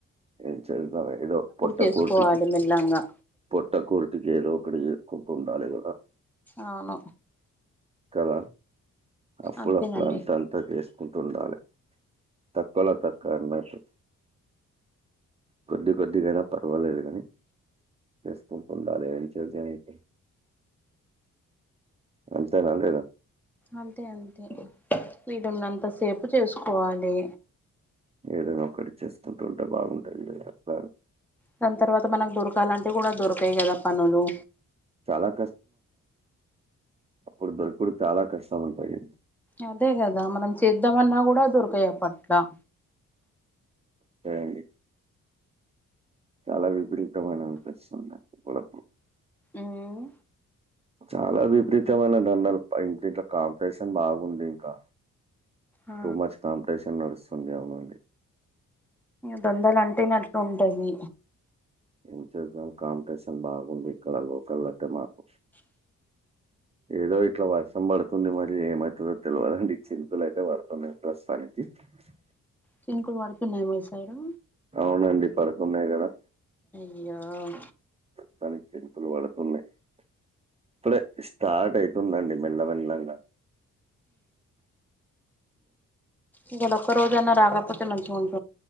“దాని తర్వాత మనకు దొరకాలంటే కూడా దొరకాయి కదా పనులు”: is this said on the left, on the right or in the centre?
Centre